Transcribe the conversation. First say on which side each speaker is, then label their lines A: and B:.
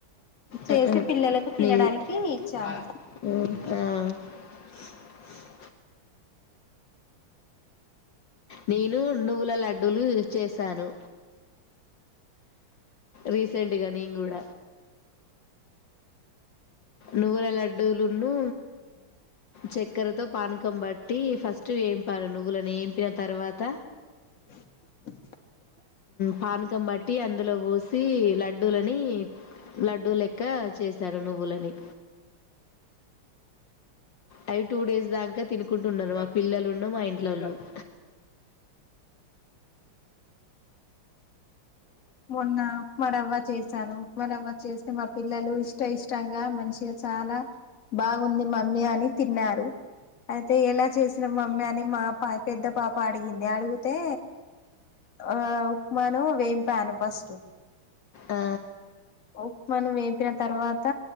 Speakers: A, on the left; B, on the left.
A: చేసి
B: ఆ, ఆ.
A: పిల్లలకు తినడానికి
B: నీది
A: ఇచ్చాను
B: ఆ నేను నువ్వుల లడ్డూలు చేసాను రీసెంట్ గా నేను కూడ నువ్వుల లడ్డులును చక్కెరతో పానకం బట్టి ఫస్ట్ ఏంపాలే నువ్వులని ఏంపినా తర్వాత
A: <inaudible>
B: పానకం బట్టి అందులో పోసి లడ్డూలని లడ్డూ లెక్క చేసను నువ్వులని అవి టూ డేస్ దాంక తినుకుంటున్నారు మా పిల్లలున్ను మా ఇంట్లోళ్ళు <inaudible>
A: మొన్న ఉప్మా రవ్వ చేశాను ఉప్మా రవ్వ చేస్తే మా పిల్లలు ఇష్ట ఇష్టంగా మంచిగా చాలా బాగుంది మమ్మీ అని తిన్నారు అయితే ఎలా చేసినా మమ్మీ అని మా పా పెద్ద పాప అడిగింది అడిగితే ఆ ఉప్మాను వే ను ఫస్ట్
B: ఆ,
A: ఉప్మాను వెంపిన తర్వాత